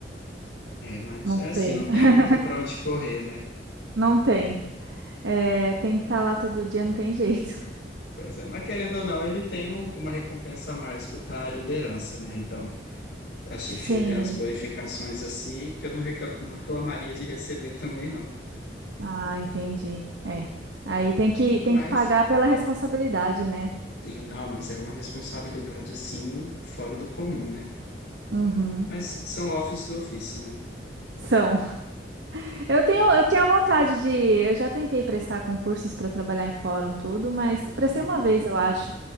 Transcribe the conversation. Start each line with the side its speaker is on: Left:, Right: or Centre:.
Left: É, mas
Right: Não
Left: é assim,
Right: sei.
Left: não tem
Right: <laughs>
Left: muito pra onde correr, né?
Right: Não tem. É, tem que estar lá todo dia, não tem jeito.
Left: Pois é, mas querendo ou não, ele tem um- uma recompensa a mais por estar na liderança, né? Então, a chefia
Right: Sim.
Left: tem umas bonificações assim que eu não reca- não reclamaria de receber também, não.
Right: Ah, entendi. É. Aí tem que, tem
Left: Mas,
Right: que pagar pela responsabilidade, né?
Left: sim, não, mas é uma responsabilidade assim, fora do comum, né?
Right: Uhum.
Left: Mas são office do ofício, né?
Right: São. Eu tenho, eu tinha vontade de. Eu já tentei prestar concursos para trabalhar em fórum, tudo, mas prestei
Left: Uhum.
Right: uma vez, eu acho.